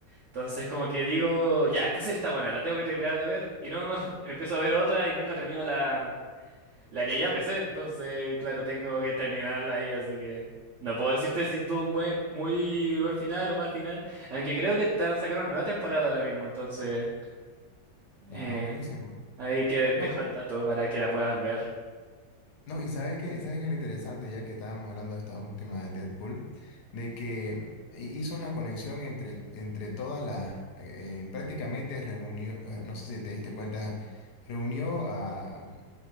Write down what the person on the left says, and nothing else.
Ah, buenísimo.
No,
No, y sabes que sabes que lo interesante, ya que estábamos hablando de esta última de Deadpool, de que hi- hizo una conexión entre, entre todas las, eh, eh, prácticamente reunió, eh, no sé si te diste cuenta, reunió a, a